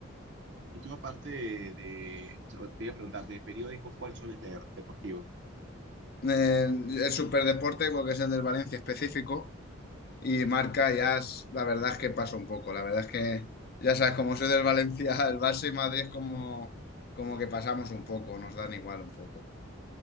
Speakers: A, on the right; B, on the left.
A: y tú aparte de, de- te voy a preguntar, de periódicos, ¿cuál sueles leer? Deportivo.
B: Eh, el superdeporte, porque es el del Valencia específico. Y Marca ya, es- la verdad es que pasa un poco. La verdad es que, ya sabes, como soy del Valencia, <laughs> el Barça y Madrid es como, como que pasamos un poco, nos dan igual un poco.